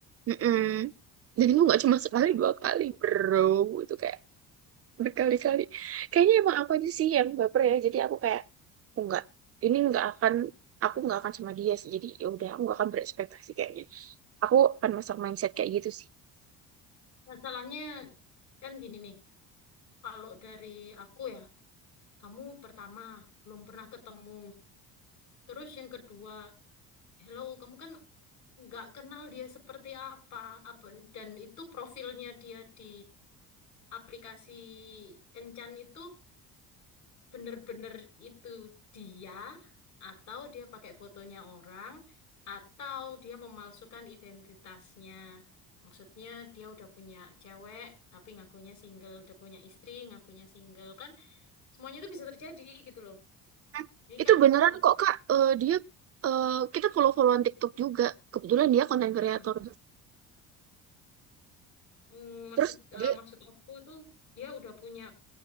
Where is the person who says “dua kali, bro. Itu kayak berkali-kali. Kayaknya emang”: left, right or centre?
Right